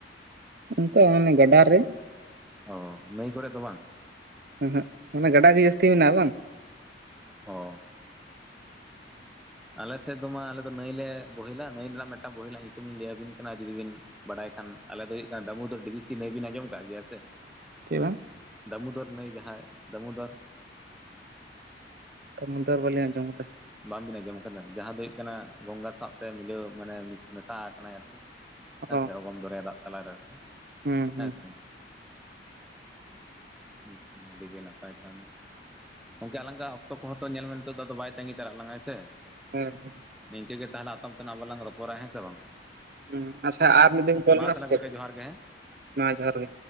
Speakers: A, on the right; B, in the centre.
A: ᱚᱱᱠᱟ ᱚᱱᱮ ᱜᱟᱰᱟ ᱨᱮ
B: ᱚ ᱱᱟᱹᱭ ᱠᱚᱨᱮ ᱫᱚ ᱵᱟᱝ
A: ᱟᱸ ᱦᱟᱹᱜ ᱢᱟᱱᱮ ᱜᱟᱰᱟᱜ ᱜᱮ ᱡᱟᱹᱥᱛᱤ ᱢᱮᱱᱟᱜᱼᱟ ᱵᱟᱝ
B: ᱦᱚ ᱟᱞᱮᱥᱮᱫ ᱫᱚ ᱢᱟ ᱟᱞᱮ ᱫᱚ ᱱᱟᱹᱭᱞ ᱞᱮ ᱵᱚᱦᱮᱞᱟ ᱱᱟᱹᱭ ᱨᱮᱱᱟᱜ ᱢᱤᱫᱴᱟᱝ ᱵᱚᱦᱤᱞᱟᱜ ᱧᱩᱛᱩᱢᱤᱧ ᱞᱟᱹᱭᱟᱵᱤᱱ ᱠᱟᱱᱟ ᱡᱩᱫᱤ ᱵᱤᱱ ᱵᱟᱲᱟᱭ ᱠᱷᱟᱱ ᱟᱞᱮ ᱫᱚ ᱦᱩᱭᱩᱜ ᱠᱟᱱᱟ ᱫᱟᱹᱢᱩᱫᱚᱨ ᱰᱤᱵᱤ ᱥᱤ ᱱᱟᱭ ᱵᱤᱱ ᱟᱱᱡᱚᱢ ᱠᱟᱜ ᱜᱮᱭᱟ ᱥᱮ
A: ᱪᱮᱫ ᱵᱟᱝ
B: ᱫᱟᱢᱳᱫᱚᱨ ᱱᱟᱭ ᱡᱟᱦᱟᱸᱭ ᱫᱟᱢᱳᱫᱚᱨ
A: ᱫᱟᱢᱳᱫᱚᱨ ᱵᱟᱞᱤᱧ ᱟᱸᱡᱚᱢ ᱟᱠᱟᱫᱟ᱾
B: ᱵᱟᱵᱤᱱ ᱟᱸᱡᱚᱢ ᱟᱠᱟᱫᱟ? ᱡᱟᱦᱟᱸ ᱫᱚ ᱦᱩᱭᱩᱜ ᱠᱟᱱᱟ ᱜᱚᱝᱜᱟ ᱥᱟᱶᱛᱮ ᱢᱤᱞᱟᱹᱣ ᱢᱟᱱᱮ ᱢᱮᱥᱟ ᱟᱠᱟᱱᱟᱭ ᱟᱨᱠᱤ᱾ ᱦᱮᱸ
A: ᱚ
B: ᱥᱮ ᱚᱜᱚᱢ ᱫᱚᱨᱭᱟ ᱫᱟᱜ ᱛᱟᱞᱟ ᱨᱮ ᱟᱨᱠᱤ
A: ᱦᱩᱸ ᱦᱩᱸ
B: ᱦᱮᱸᱥᱮ᱾
A: <inaudible>
B: ᱦᱮ ᱟᱹᱰᱤ ᱜᱮ ᱱᱟᱯᱟᱭ ᱛᱟᱦᱚᱞᱮ᱾ ᱜᱚᱝᱠᱮ ᱟᱞᱟᱝ ᱟᱜ ᱚᱠᱛᱚ ᱠᱚᱦᱚᱸ ᱛᱚ ᱧᱮᱞ ᱢᱮ ᱱᱤᱛᱚᱜ ᱫᱚ ᱟᱫᱚ ᱵᱟᱭ ᱛᱟᱹᱜᱤ ᱛᱟᱲᱟᱜ ᱞᱟᱝᱟ ᱦᱮ ᱥᱮ᱾
A: ᱦᱮᱸ᱾
B: ᱱᱤᱝᱠᱟᱹ ᱜᱮ ᱛᱟᱦᱞᱮ ᱟᱛᱚᱢ ᱛᱮᱱᱟᱜ ᱞᱟᱝ ᱨᱚᱯᱚᱲᱟ ᱦᱮᱸ ᱥᱮ ᱵᱟᱝ?
A: ᱦᱮ ᱟᱪᱪᱷᱟ ᱟᱨ ᱢᱤᱫ ᱫᱚᱢ ᱤᱧ ᱠᱚᱞ ᱢᱟ
B: ᱛᱟᱦᱚᱞᱮ
A: ᱥᱮ ᱪᱮᱫ?
B: ᱜᱚᱝᱠᱮ ᱡᱚᱦᱟᱨ ᱜᱮ ᱦᱮᱸ
A: ᱢᱟ ᱡᱚᱦᱟᱨ ᱜᱮ᱾